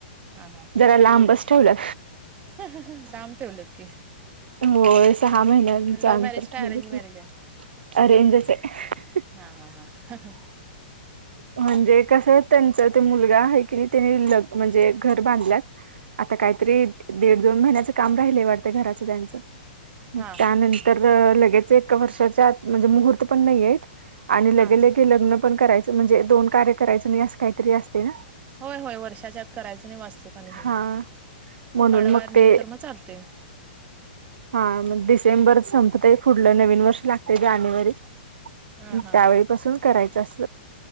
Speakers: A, on the right; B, on the right.
A: हा
B: जरा लांबच ठेवल.
A: ह ह लांब ठेवलत की.
B: हो सहा महिन्यांच
A: लव्ह
B: अंतर
A: मॅरेज काय
B: ठेवले
A: अरेंज मॅरेज
B: <unintelligible>
A: आहे?
B: अरेंजच आहे.
A: हा हा हा ह ह.
B: म्हणजे कसं आहे त्यांच ते मुलगा आहे की नाय त्यांनी ल म्हणजे घर बांधल्या.
A: ह
B: आता कायतरी दीड- दोन महिन्याचं काम राहिलय वाटतं घराचं त्यांचं मग
A: हा
B: त्यानंतर तर लगेच एका वर्षाच्या आत म्हणजे, मुहूर्त पण नाईयेत आणि
A: हा
B: लगे ले की लग्न पण करायचं म्हणजे दोन कार्य करायचं नाय असं कायतरी असतय ना.
A: होय होय वर्षाच्या आत करायचं नाय वास्तूक आणि हे.
B: हा. म्हणून
A: पाडव्या
B: मग
A: नंतर
B: ते
A: म चालतय.
B: हा म डिसेंबर संपतय फुढलं नवीन वर्ष लागतय जानेवारी.
A: हा
B: त्यावेळीपासून
A: हा
B: करायचं अस